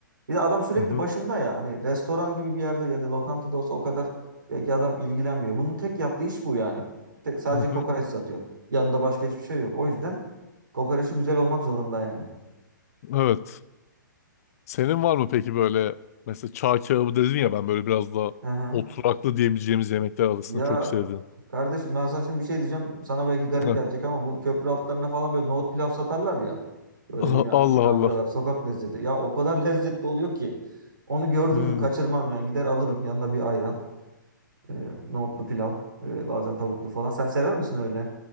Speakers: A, on the right (about 75°); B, on the left (about 50°).
A: Bir de adam sürekli
B: Hı hı.
A: başında ya. Hani restoran gibi bir yerde ya da lokantada olsa o kadar belki adam ilgilenmiyor. Bunun tek yaptığı iş bu yani. Tek, sadece
B: Hı hı.
A: kokoreç satıyor. Yanında başka hiçbir şey yok. O yüzden kokoreçi güzel olmak zorunda yani.
B: Evet. Senin var mı peki böyle mesela çağ kebabı dedin ya ben böyle biraz daha
A: Aha.
B: oturaklı diyebileceğimiz yemekler arasında
A: Ya
B: çok sevdiğim.
A: kardeşim ben sana şimdi bir şey diyeceğim. Sana belki garip
B: Heh.
A: gelecek ama bu köprü altlarına falan böyle nohut pilav satarlar ya. Böyle
B: Aha,
A: yine
B: Allah
A: yine amcalar
B: Allah.
A: sokak lezzeti. Ya o kadar <laughs> lezzetli oluyor ki. Onu gördüm
B: Hmm.
A: mü kaçırmam yani. Gider alırım yanına bir ayran. E, nohutlu pilav. e, bazen tavuklu falan. Sen sever misin öyle